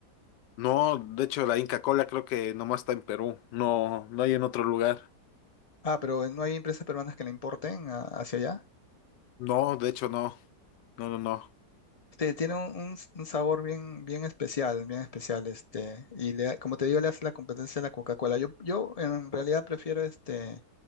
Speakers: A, on the left; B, on the left.
A: No, de hecho la Inca Cola creo que nomás está en Perú, no, no hay en otro lugar.
B: Ah, pero no hay empresas peruanas que la importen a- hacia allá.
A: No, de hecho no, no, no, no.
B: Sí, tiene un, un s- un sabor bien, bien especial, bien especial, este, y le, da- como te digo, le hace la competencia a la Coca-Cola. Yo, yo en realidad prefiero este